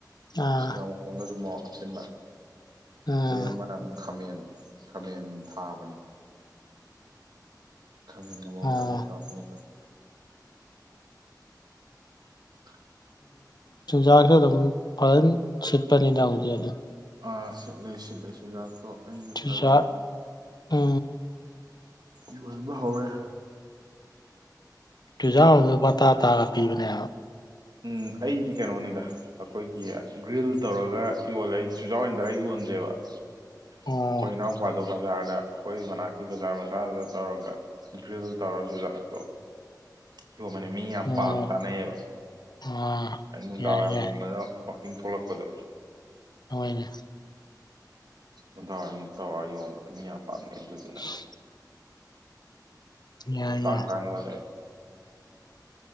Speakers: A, on the left; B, on the right.
A: ꯑꯥ
B: ꯑꯁꯤꯤꯟꯖ ꯃꯈꯣꯡ ꯑꯗꯨ ꯃꯍꯥꯎ ꯍꯥꯞꯆꯤꯟꯕ
A: ꯎꯝ
B: ꯑꯗꯩ ꯑꯃꯅ ꯑꯃꯨꯛ ꯈꯥꯃꯦꯟ ꯈꯥꯃꯦꯟ ꯊꯥꯕꯅꯦ ꯈꯕꯅ ꯃꯣꯀꯂ
A: ꯑꯣ
B: ꯀꯅꯤ <unintelligible>
A: ꯆꯨꯖꯥꯛꯁꯨ ꯑꯗꯨꯝ ꯐꯖꯅ ꯁꯤꯠꯄꯅꯤꯅ ꯍꯧꯖꯤꯛ ꯑꯗꯨꯝ
B: ꯑꯥ ꯁꯤꯠꯂꯦ ꯁꯤꯠꯂꯦ ꯆꯨꯖꯥꯛꯇꯣ ꯑꯩꯁꯨ
A: ꯆꯤꯖꯥ
B: ꯈꯔ
A: ꯎ
B: ꯌꯣꯟꯕ ꯍꯧꯔꯦ
A: ꯆꯨꯖꯥꯎꯗ ꯄꯇꯥ ꯇꯥꯔꯒ ꯄꯤꯕꯅꯦ
B: ꯎꯝ ꯑꯩꯗꯤ ꯀꯩꯅꯣꯅꯤꯗ ꯑꯩꯈꯣꯏꯒꯤ ꯒ꯭ꯔꯤꯜ ꯇꯧꯔꯒ ꯌꯣꯜꯂꯦ ꯆꯨꯖꯥꯎ ꯑꯣꯏꯅ ꯔꯦꯛ ꯌꯣꯟꯗ꯭ꯔꯦꯕ ꯑꯩꯈꯣꯏ
A: ꯑꯣ
B: ꯏꯅꯥꯎꯄꯥꯗꯣ ꯕꯖꯥꯔꯗ ꯑꯩꯈꯣꯏ ꯃꯅꯥꯛꯀꯤ ꯕꯖꯥꯔ ꯃꯆꯥꯗ ꯇꯧꯔꯒ ꯗꯒ꯭ꯔꯤꯜ ꯇꯧꯔ ꯆꯨꯖꯥꯛꯇꯣ ꯁꯤꯣꯟꯕꯅꯦ ꯃꯤ ꯌꯥꯝ
A: ꯑꯣ
B: ꯄꯥꯝ ꯆꯥꯅꯩꯌꯦꯕ
A: ꯑꯥ
B: ꯑ ꯅꯨꯡꯗꯥꯡꯋꯥꯏꯔꯝꯒꯨꯝꯕꯅ
A: ꯌꯥꯏ ꯌꯥꯏ
B: ꯋꯥꯛꯀꯤꯡ ꯊꯣꯛꯂꯛꯄꯗꯣ
A: ꯍꯣꯏꯅꯦ
B: ꯑꯗꯋꯥꯏ ꯇꯋꯥꯏ ꯌꯣꯟꯕꯗ ꯃꯤ ꯌꯥꯝ ꯄꯥꯝꯅꯩ ꯑꯗꯨꯗꯨꯅ
A: <unintelligible> ꯌꯥꯏ
B: ꯇꯥꯡ
A: ꯌꯥꯏ
B: ꯊꯥꯡꯉꯦꯣꯦ